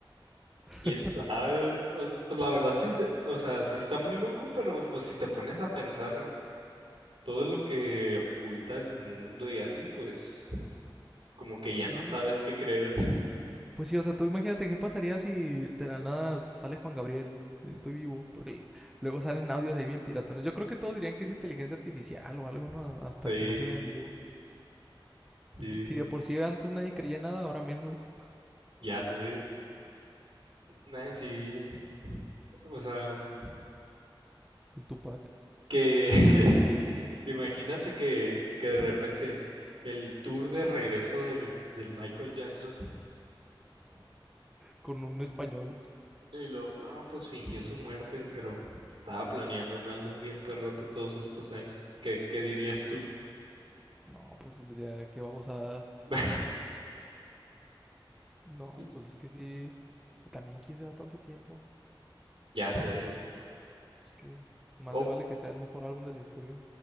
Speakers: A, in the centre; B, on the right (about 85°).
A: <laughs>
B: ¿Quién sabe? O- Pues la verdad sí, te- o sea, sí está muy loco, pero pues si te pones a pensar todo lo que oculta el mundo y así, pues como que
A: Pues
B: ya
A: sí,
B: no
A: pues.
B: sabes qué creer.
A: Pues sí, o sea, tú imagínate qué pasaría si de la nada sale Juan Gabriel. Estoy vivo. Porque luego salen audios ahí bien piratones. Yo creo que todos dirían que es inteligencia artificial o algo, ¿no? Hasta
B: Sí,
A: que no se vea en vivo.
B: sí,
A: Y Si de por sí antes nadie creía nada, ahora menos.
B: ya sé. Nah, sí, o sea, mm,
A: El Tupac.
B: que <laughs> imagínate que, que de repente el tour de regreso del, del Michael Jackson
A: Con un español.
B: Y lo, no, pues fingió su muerte, pero estaba planeando un álbum bien perrote todos estos años. ¿Qué, qué dirías tú?
A: No, pues diría, qué babosada.
B: <laughs>
A: No,
B: Y-
A: pues es que sí. También, ¿quién se va tanto tiempo?
B: Ya sé. es-
A: Pues que más
B: O,
A: le vale que sea el mejor álbum de la historia.